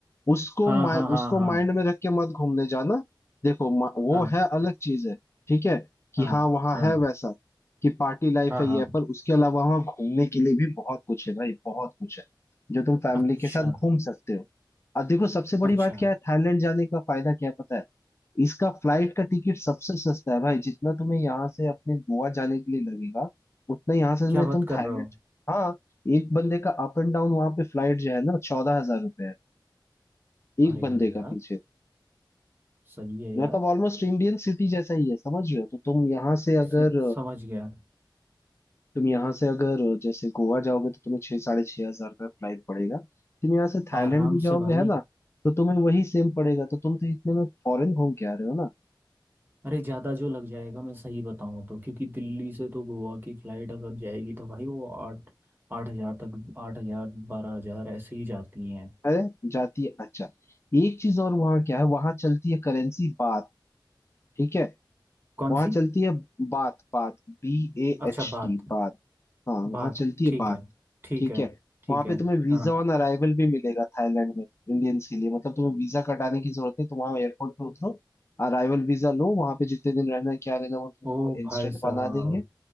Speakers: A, on the left (about 35°); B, on the right (about 25°).
A: उसको
B: हाँ
A: माइ,
B: हाँ
A: उसको
B: हाँ हाँ
A: माइंड में रख के मत घूमने जाना देखो मा- वो
B: हाँ
A: है अलग चीज है ठीक है कि
B: हाँ
A: हाँ वहाँ
B: हाँ
A: है वैसा कि पार्टी लाइफ
B: हाँ
A: है ये
B: हाँ
A: है, पर उसके अलावा वहाँ घूमने के लिए भी बहुत कुछ है भाई बहुत कुछ है जो तुम फैमिली
B: अच्छा
A: के साथ घूम सकते हो अब देखो सबसे बड़ी
B: अच्छा
A: बात क्या है थाईलैंड जाने का फायदा क्या है पता है इसका फ्लाइट का टिकट सबसे सस्ता है भाई जितना तुम्हें यहाँ से अपने गोवा जाने के लिए लगेगा उतना यहाँ से
B: क्या
A: में
B: बात
A: तुम
B: कर
A: थाईलैंड
B: रहे हो
A: हाँ एक बंदे का अप एंड डाउन वहां पे फ्लाइट जो है ना चौदह हजार रुपए है एक
B: अरे
A: बंदे का
B: यार
A: पीछे
B: सही है यार
A: मतलब ऑलमोस्ट इंडियन सिटी जैसा ही है समझ रहे हो तो तुम यहाँ से
B: से,
A: अगर
B: समझ गया
A: तुम यहाँ से अगर जैसे गोवा जाओगे तो तुम्हें छह साढ़े छह हजार का फ्लाइट पड़ेगा तुम यहाँ से थाईलैंड
B: आराम
A: भी जाओगे
B: से भाई
A: है ना तो तुम्हें वही सेम पड़ेगा तो तुम तो इतने में फॉरेन घूम के आ रहे हो ना
B: अरे ज़्यादा जो लग जाएगा मैं सही बताऊँ तो क्योंकि दिल्ली से तो गोवा की फ़्लाइट अगर जाएगी तो भाई वो आठ आठ हज़ार तक आठ हज़ार बारह हज़ार ऐसे ही जाती हैं
A: अरे जाती है अच्छा एक चीज और वहाँ क्या है वहां चलती है करेंसी बात ठीक है
B: कौन
A: वहां
B: सी
A: चलती है बात बात बी ए
B: अच्छा
A: एच
B: बात
A: टी बात हाँ वहां
B: बात
A: चलती है
B: ठीक
A: बात
B: है ठीक
A: ठीक
B: है
A: है
B: ठीक
A: वहां पे
B: है
A: तुम्हें वीजा
B: हाँ
A: ऑन अराइवल भी मिलेगा थाईलैंड में इंडियंस के लिए मतलब तुम्हें वीजा कटाने की जरूरत नहीं तुम वहां एयरपोर्ट पे उतरो अराइवल वीजा लो वहां पे जितने दिन रहना है क्या रहना है, वो तुमको
B: ओ
A: इंस्टेंट
B: भाई साहब
A: बना देंगे